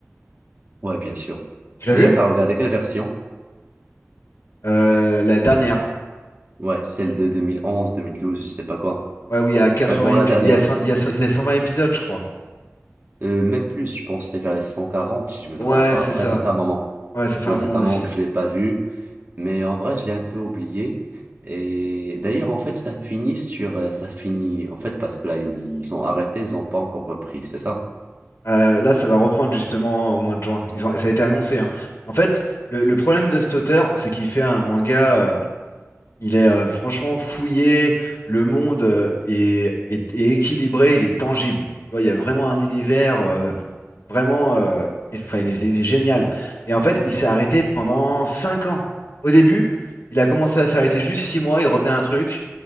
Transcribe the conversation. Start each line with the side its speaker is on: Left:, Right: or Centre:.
Right: Ouais, bien sûr.
Left: Tu l'as
Right: D'ailleurs,
Left: vu?
Right: t'as regardé quelle version?
Left: Euh, la dernière.
Right: Ouais, celle de 2011, 2012, je sais pas quoi.
Left: Ouais, oui, il y a 80
Right: Ouais, bon,
Left: épi-
Right: la dernière.
Left: il y a 100 il y a cent il y a 120 épisodes, je crois.
Right: Euh, même plus, je pense, que c'est vers les 140, si je me
Left: Ouais,
Right: trompe pas.
Left: c'est
Right: Après,
Left: ça.
Right: ça fait un moment.
Left: Ouais, ça fait
Right: Ouais,
Left: un
Right: ça
Left: moment
Right: fait un
Left: aussi.
Right: moment que je l'ai pas vu. Mais en vrai, je l'ai un peu oublié. Et d'ailleurs, en fait, ça finit sur, euh, ça finit, en fait, parce que là, ils ont arrêté, ils ont pas encore repris, c'est ça?
Left: Euh, là, ça va reprendre justement au mois de juin. Ils ont... Ça a été annoncé, hein. En fait, le, le problème de cet auteur, c'est qu'il fait un manga. euh, Il est euh, franchement fouillé, le monde euh, est, est- est équilibré, il est tangible. Tu vois, il y a vraiment un univers euh, vraiment, euh, et- enfin, il est, il est génial. Et en fait, il s'est arrêté pendant 5 ans. Au début, il a commencé à s'arrêter juste 6 mois, il refaisait un truc,